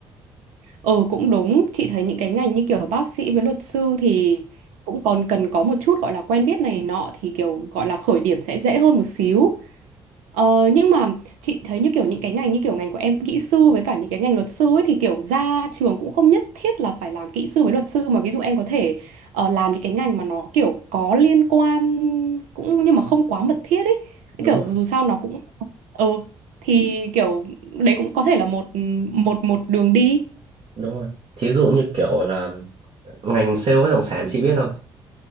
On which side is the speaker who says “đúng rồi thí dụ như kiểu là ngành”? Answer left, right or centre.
Right